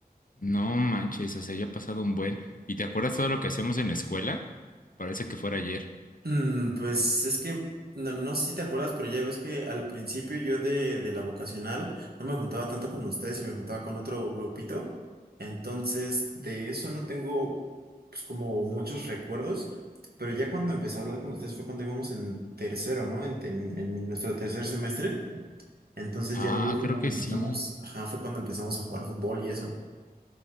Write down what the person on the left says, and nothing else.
No manches, o sea, ya ha pasado un buen. ¿Y te acuerdas todo lo que hacíamos en la escuela? Parece que fuera ayer.
Ah,
creo
que
sí.